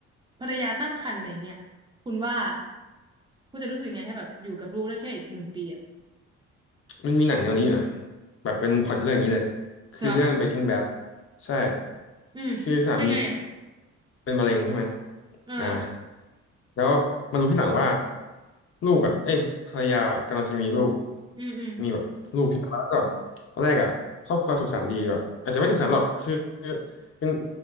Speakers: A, on the right; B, on the left.
A: ภรรยาตั้งครรภ์อะไรอย่างเงี้ยคุณว่าคุณจะรู้สึกยังไงให้แบบอยู่กับลูกได้แค่อีกหนึ่งปีอ่ะ
B: มันมีหนังแนวนี้อยู่นะแบบเป็นพล็อตเรื่องอย่างนี้เลยคือเรื่อง
A: เหรอ
B: Breaking Bad ใช่
A: อืมเป็นไงอ่ะ
B: คือสามีเป็นมะเร็งใช่ไหม
A: เออ
B: อ่าแล้วมารู้ที่หลังว่าลูกอ่ะเอ้ยภรรยากำลังจะมีลูก
A: อืมอืม
B: มีแบบลูกใช่ไหมแล้วก็แบบตอนแรกอ่ะครอบครัวสุขสันต์ดีแบบอาจจะไม่สุขสันต์หรอกคือคือเป็น